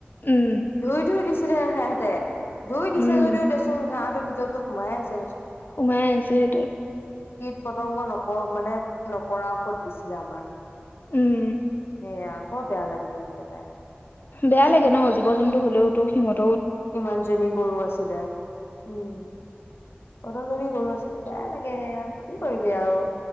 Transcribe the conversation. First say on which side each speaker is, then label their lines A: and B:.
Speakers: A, on the left; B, on the left.
A: উম
B: ধুই ধুই দিছে চ <unintelligible> তে ধুই দিছে
A: উম
B: যদিও দেচোন ঘাঁহটো, নিজৰ তো হোমাই আছে
A: সোমাই আছে সেইটো।
B: কীট পতংগ নপৰক মানে নপৰা ঔষধ দিছিলে আমাৰ।
A: উম
B: বেয়া বৰ বেয়া লাগে একেবাই
A: বেয়া লাগে ন জীৱ জন্তু হলেও তো সিহঁত,
B: ইমান জনী গৰু আছিলে উম কতজনী গৰু আছিলে বেয়া লাগে সেয়া কি কৰিবম বেয়া আৰু